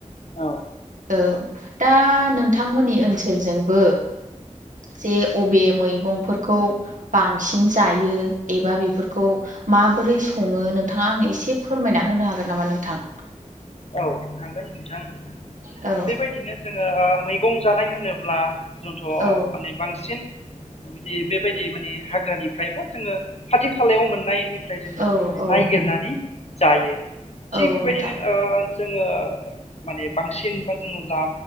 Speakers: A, on the left; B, on the right.
A: औ
B: औ दा नों थांमोननि ओनसोलजोंबो जे अबे मैगंफोरखौ बांसिन जायो एबा बेफोरखौ माबोरै सं सङो नोंथाङा आंनो एसे फोरमायना होनो हागोन नामा नोंथां
A: औ हागोन नोंथां
B: औ
A: बेबायदिनो जोङो ओ मैगं जानाय होनोब्ला जोंथ'
B: औ
A: माने बांसिन बिदि बेबायदि माने हाग्रानि फ्रायबा जोङो खाथि खालायाव मोननायनिफ्राय जोङो
B: औ
A: माने
B: औ
A: नायागिरनानै जायो। थिग
B: औ
A: बेबायदिनो
B: नोंथां
A: ओ जोङो माने बांसिन बा जोङो दा